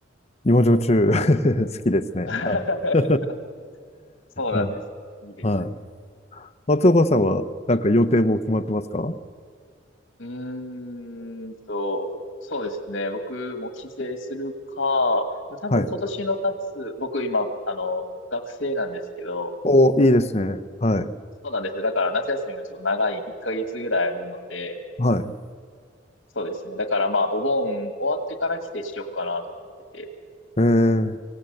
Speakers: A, on the left; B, on the left.
A: 芋焼酎 <laughs> 好きですね。
B: <laughs>
A: はい。<laughs>
B: そうなんです。
A: は
B: いいですね。
A: い。はい松岡さんは、なんか予定も決まってますか
B: うーんと、そうですね。僕も帰省するか、多分今年の夏、
A: はい。
B: 僕今、あの、学生なんですけど、
A: お、いいですね。はい。
B: そうなんですよ。だから夏休みがちょっと長い、1ヶ月ぐらいあるので、
A: はい。
B: そうですね。だからまあ、お盆終わってから帰省しようかなと思ってて。
A: えー、